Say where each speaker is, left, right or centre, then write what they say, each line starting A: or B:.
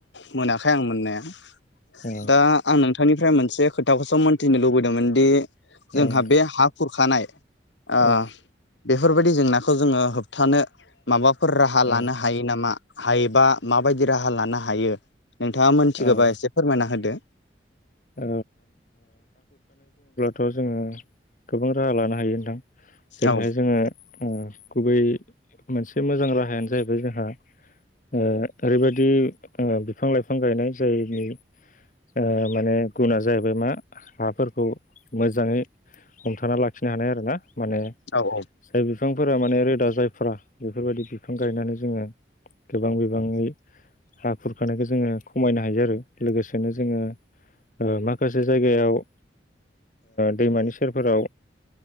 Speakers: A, on the left; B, on the left.
A: मोनाखै आं मोननाया।
B: औ
A: दा आं नोंथांनिफ्राय मोनसे खोथाखौसो मोनथिनो लुबैदोंमोन दि जोंहा
B: औ नोंथां
A: बे हा खुरखानाय ओ
B: औ
A: बेफोरबायदि जेंनाखौ जोङो होबथानो माबाफोर राहा
B: औ
A: लानो हायो नामा? हायोबा माबायदि राहा लानो हायो? नोंथाङा मोनथिगौबा
B: औ
A: एसे होदो।
B: औ औ जोङो गोबां राहा लानो हायो नोंथां। जेरैहाय
A: औ
B: जोङो ओ गुबै मोनसे मोजां राहायानो जाहैबाय जोंहा ओ ओरैबायदि ओ बिफां लाइफां गायनाय जायनि ओ माने गुना जाहैबाय मा हाफोरखौ मोजाङै हमथाना लाखिनो हानाय आरोना। माने जाय
A: औ औ
B: बिफ बिफांफोरा माने रोदा जायफ्रा बेफोरबायदि बिफां गायनानै जोङो गोबां बिबाङै हा खुरखानायखौ जोङो खमायनो हायो आरो। लोगोसेनो जोङो ओ माखासे जायगायाव ओ दैमानि सेरफोराव